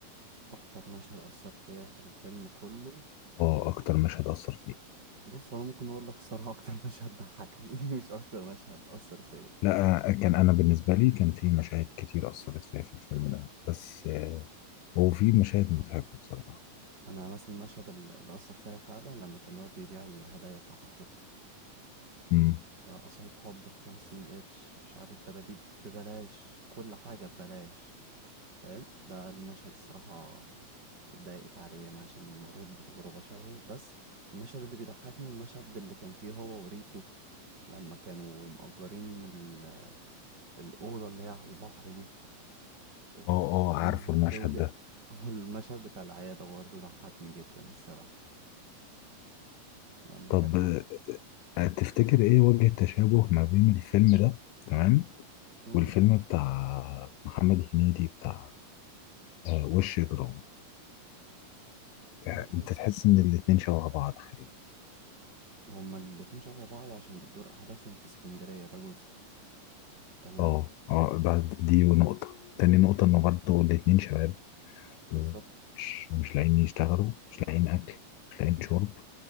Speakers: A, on the right; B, on the left.
A: أكتر مشهد أثر فيا في الفيلم كله
B: اه اكتر مشهد اثر فيك
A: بص هو انا ممكن اقول لك الصراحه اكتر مشهد ضحكني <laughs> مش اكتر مشهد اثر فيا
B: لا آه، كان انا بالنسبه لي كان في مشاهد كتير اثرت فيها في الفيلم ده بس آه، هو في مشاهد مضحكه بصراحه
A: انا مثلا المشهد ال- اللي اثر فيا فعلا لما كان واقف بيبيع الهدايا بتاعت خطيبته
B: امم
A: لا قصايد حب بخمسين قرش مش عارف الدباديب ببلاش كل حاجه ببلاش فاهم ده المشهد الصراحه اتضايقت عليه انا عشان مريت بتجربه شبهه بس المشهد اللي بيضحكني المشهد اللي كان فيه هو وريكو لما كانوا مأجرين ال- الأوضة اللي هي على البحر دي وكانت
B: اه اه عارفه
A: إنها بتولد
B: المشهد ده
A: <laughs> والمشهد بتاع العيادة برضه ضحكني جدا الصراحة لما
B: طب
A: كان
B: آه، تفتكر ايه وجه التشابه ما بين الفيلم ده تمام
A: مم؟
B: والفيلم بتاع محمد هنيدي بتاع آه، وش جرام آه،
A: ولا
B: انت
A: انت
B: تحس
A: مش عارف
B: ان الاتنين شبه بعض خالي
A: هما الاتنين شبه بعض عشان بتدور أحداثهم في اسكندرية ده جزء تمام
B: اه اه ده-
A: وال-
B: دي نقطة تاني نقطة انه برضه الاتنين شباب
A: بالظبط
B: ومش ومش لاقيين يشتغلوا مش لاقيين اكل مش لاقيين شرب